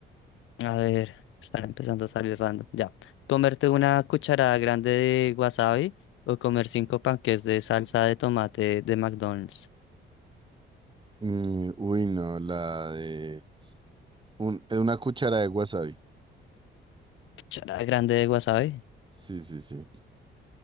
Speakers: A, on the left; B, on the right.
A: A ver, están empezando a salir random. Ya. Comerte una cucharada grande de wasabi o comer cinco panques de salsa de tomate de McDonald's.
B: Mm, uy, no, la de Un- una cuchara de wasabi.
A: Cucharada grande de wasabi.
B: Sí, sí, sí.